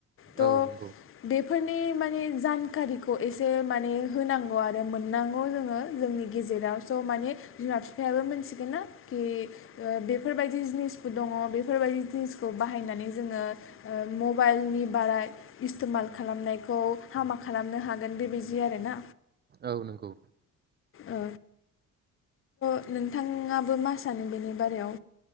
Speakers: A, on the left; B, on the right.
A: त'
B: औ नंगौ
A: बेफोरनि माने जानकारिखौ एसे माने होनांगौ आरो मोननांगौ जोङो जोंनि गेजेराव स' माने बिमा फिफायाबो मिथिगोन ना कि बेफोरबायदि जिनिसबो दङ बेफोरबायदि जिनिसखौ बाहायनानै जोङो मबाइलनि बारा इस्थमाल खालामनायखौ हामा खालामनो हागोन बेबायदि आरोना।
B: औ नंगौ।
A: ओ थ' नोंथाङाबो मा सानो बेनि बारायाव